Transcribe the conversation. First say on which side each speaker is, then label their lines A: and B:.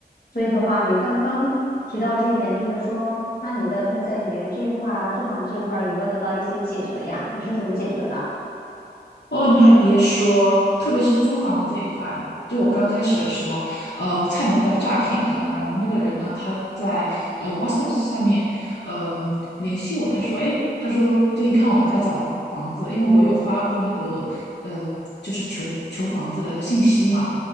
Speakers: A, on the left; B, on the left.
A: 所以的话，你刚刚提到这一点，就是说，那你的就是在语言这一块儿啊，住房这一块儿有没有得到一些解决呀？你是怎么解决的？
B: 哦，你还别说，特别是租房这一块，就我刚开始的时候，呃，差点遇到诈骗，你知道吗？然后那个人呢，他在呃 WhatsApp 上面，嗯、联系我，他说，哎，他说最近看我在找房子，因为我有发布那个呃，就是求求房子的信息嘛。